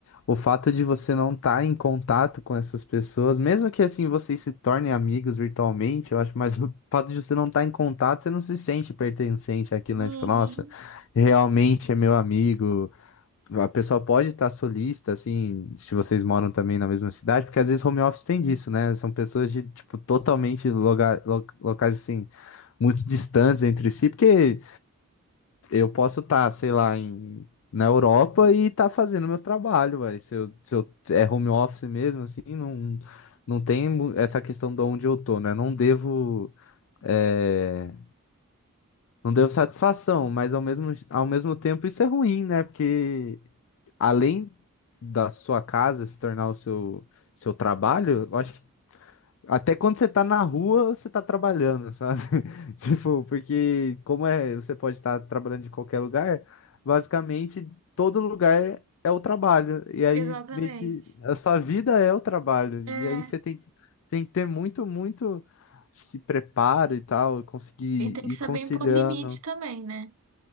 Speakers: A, on the left; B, on the right.
A: o fato de você não estar em contato com essas pessoas, mesmo que assim vocês se tornem amigos virtualmente, eu acho, mas <laughs> o fato de você não estar em contato, você não se sente pertencente àquilo,
B: Uhum.
A: né? Tipo, nossa, realmente é meu amigo. A pessoa pode estar solista, assim, se vocês moram também na mesma cidade, porque às vezes home office tem disso, né? São pessoas de, tipo, totalmente loga- lo- locais assim muito distantes entre si, porque eu posso estar, sei lá, em, na Europa e estar fazendo meu trabalho, vai Se eu, se eu é home office mesmo, assim, não, não tem mu- essa questão de onde eu tô, né? Não devo, é, não devo satisfação, mas ao mesmo, ao mesmo tempo isso é ruim, né? Porque além da sua casa se tornar o seu, seu trabalho, eu acho que até quando você tá na rua, você tá trabalhando, sabe? <laughs> Tipo, porque como é, você pode estar trabalhando de qualquer lugar, basicamente todo lugar é o trabalho. E aí
B: Exatamente.
A: meio que a sua vida é o trabalho.
B: É,
A: E aí você tem que, tem que ter muito, muito, acho que preparo e tal, conseguir
B: e tem
A: ir
B: que saber
A: conciliando,
B: impor limite também, né?